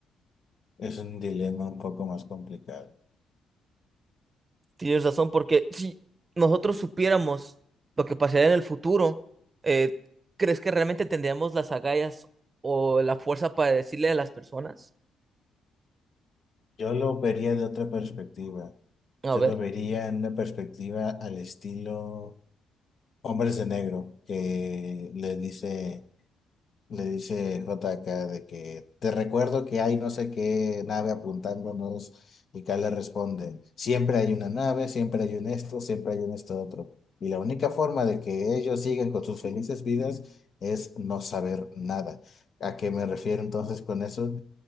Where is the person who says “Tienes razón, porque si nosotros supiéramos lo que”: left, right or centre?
Right